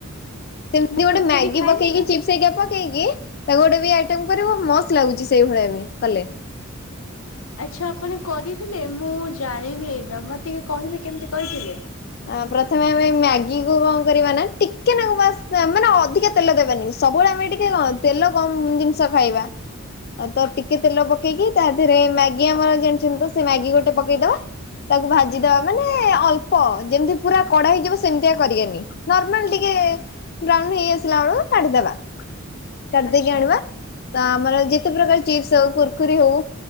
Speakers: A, on the left; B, on the left.
A: ସେମିତି
B: ମୁଁ
A: ଗୋଟେ
B: କୁୁରକୁରି
A: ମ୍ୟାଗି
B: ଖାଇଲି
A: ପକେଇ
B: ନା।
A: ଚିପ୍ସ। ସେଇଟା ପକେଇକି ତାକୁ ଗୋଟେ ବି ଆଇଟମ୍ କରିବତ ମସ୍ତ ଲାଗୁଛି ସେଇଭଳିଆ ବି କଲେ।
B: ଆଚ୍ଛା ଆପଣ କରିଥିଲେ ମୁଁ ଜାଣିନି ଏଇଟା ମୋତେ ଟିକେ କହିବେ କେମିତି କହିଥିଲେ?
A: ଆ ପ୍ରଥମେ ଆମେ ମ୍ୟାଗି କୁ କଣ କରିବା ନା ଟିକେ ନାଗୁ ବାସ୍ ମାନେ ଅଧିକା- ତେଲ ଦେବାନି ସବୁବେଳେ ଆମେ ଟିକେ ତେଲ କମ୍ ଜିନିଷ ଖାଇବା। ଆଉ ତ ଟିକେ ତେଲ ପକେଇକି ତା ଦେହରେ ମ୍ୟାଗି ଆମର ଜାଣିଛନ୍ତି ତ ସେ ମ୍ୟାଗି ଗୋଟେ ପକେଇଦବା। ତାକୁ ଭାଜିଦବା
B: ହୁଁ।
A: ମାନେ ଅଳ୍ପ ଯେମିତି ପୁରା କଡା ହେଇଯିବ ସେମିତିଆ କରିବାନି ନର୍ମାଲ ଟିକେ। ବ୍ରାଉନ ହେଇ ଆସିଲା ବେଳକୁ କାଢିଦବା କାଢିଦେଇକି
B: ଆଚ୍ଛା
A: ଆଣିବା। ତା ଆମର ଯେତେ ପ୍ରକାର ଚିପ୍ସ ହଉ କୁୁର୍ କୁରି ହଉ।